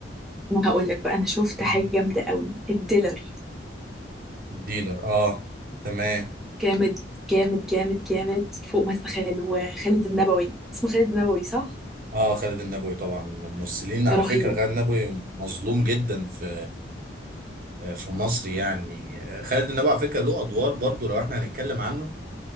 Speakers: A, in the centre; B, on the right.
A: انا هقول لك بقى انا شفت
B: مم.
A: حاجه جامده قوي الديلر
B: ديلر اه تمام
A: جامد جامد جامد جامد فوق ما تتخيل وخالد النبوي اسمه خالد النبوي صح
B: اه خالد النبوي طبعا ممثلين على
A: رهيب
B: فكره خالد النبوي مظلوم جدا في في مصر يعني خالد النبوي على فكره له ادوار برضو لو احنا هنتكلم عنه